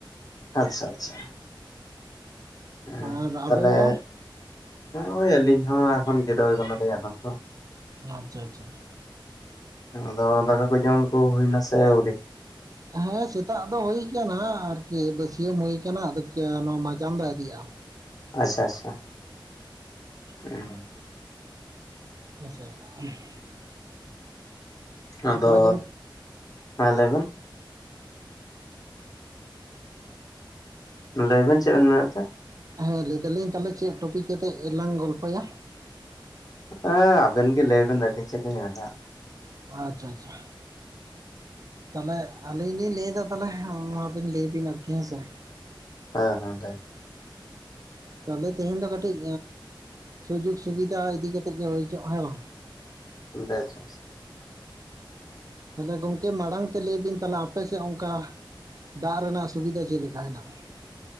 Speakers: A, on the left; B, on the right.
A: ᱟᱪᱪᱷᱟ ᱟᱪᱪᱷᱟ ᱦᱮᱸ
B: ᱟᱨ ᱟᱵᱮᱱ
A: ᱛᱟᱦᱞᱮ
B: ᱫᱚ?
A: ᱦᱚᱭ ᱟᱹᱞᱤᱧ ᱦᱚᱸ ᱮᱠᱷᱚᱱ ᱡᱤᱨᱟᱹᱣ ᱠᱟᱱᱟᱞᱤᱧ ᱮᱠᱷᱚᱱ ᱛᱚ᱾
B: ᱟᱪᱪᱷᱟ ᱟᱪᱪᱷᱟ
A: ᱟᱫᱚ ᱫᱟᱠᱟ ᱠᱚ ᱡᱚᱢ ᱠᱩ ᱦᱩᱭ ᱱᱟ ᱥᱮ ᱟᱹᱣᱨᱤ?
B: ᱦᱮᱸ ᱥᱮᱛᱟᱜ ᱫᱚ ᱦᱩ ᱟᱠᱟᱱᱟ ᱟᱨᱠᱤ ᱵᱟᱹᱥᱭᱟᱹᱢ ᱦᱩᱭᱩ ᱟᱠᱟᱱᱟ ᱟᱫᱚ ᱱᱚᱣᱟ ᱢᱟᱡᱟᱸᱱ ᱫᱚ ᱟᱹᱣᱨᱤᱭᱟ᱾
A: ᱟᱪᱪᱷᱟ ᱟᱪᱪᱷᱟ ᱦᱩᱸ
B: <unintelligible>
A: ᱟᱫᱚ
B: ᱛᱟᱦᱚᱞᱮ ᱜᱚᱝ
A: ᱦᱮᱸ ᱞᱟᱹᱭ ᱵᱮᱱ? ᱞᱟᱹᱭ ᱵᱮᱱ ᱪᱮᱫ ᱵᱮᱱ ᱢᱮᱱᱮᱫ ᱛᱟᱦᱮᱸ ᱫᱚ?
B: ᱦᱮᱸ ᱞᱟᱹᱭ ᱫᱟᱞᱤᱧ ᱛᱟᱦᱚᱞᱮ ᱪᱮᱫ ᱴᱚᱯᱤᱠ ᱠᱟᱛᱮᱜ ᱞᱟᱝ ᱜᱚᱞᱯᱚᱭᱟ?
A: ᱦᱮᱸ ᱟᱵᱮᱱ ᱜᱮ ᱞᱟᱹᱭᱵᱮᱱ ᱟᱹᱞᱤᱧ ᱪᱮᱫ ᱞᱤᱧ ᱢᱮᱱᱟ
B: ᱟᱪᱪᱷᱟ ᱟᱪᱪᱷᱟ ᱛᱟᱦᱚᱞᱮ ᱟᱹᱞᱤᱧ ᱞᱤᱧ ᱞᱟᱹᱭ ᱮᱫᱟ ᱛᱟᱦᱚᱞᱮ ᱢᱟᱵᱤᱱ ᱞᱟᱹᱭᱟ ᱵᱤᱱ ᱟᱨᱠᱤ ᱦᱮᱸᱥᱮ᱾
A: ᱦᱮᱸ ᱦᱮᱸ ᱞᱟᱹᱭ
B: ᱛᱟᱦᱚᱞᱮ ᱛᱮᱦᱮᱧ ᱫᱚ ᱠᱟᱹᱴᱤᱡ ᱥᱩᱡᱳᱜᱽ ᱥᱩᱵᱤᱫᱷᱟ ᱤᱫᱤ ᱠᱟᱛᱮᱜ ᱜᱮ ᱦᱩᱭ ᱚᱪᱚᱜᱼᱟ ᱦᱮᱸ ᱵᱟᱝ?
A: ᱵᱮᱥ ᱵᱮᱥ
B: ᱛᱟᱦᱚᱞᱮ ᱜᱚᱝᱠᱮ ᱢᱟᱲᱟᱝ ᱛᱮ ᱞᱟᱹᱭ ᱵᱤᱱ ᱛᱟᱦᱚᱞᱮ ᱟᱯᱮ ᱥᱮᱫ ᱚᱱᱠᱟ ᱫᱟᱜ ᱨᱮᱱᱟᱜ ᱥᱩᱵᱤᱫᱷᱟ ᱪᱮᱫ ᱞᱮᱠᱟ ᱦᱮᱱᱟᱜᱼᱟ?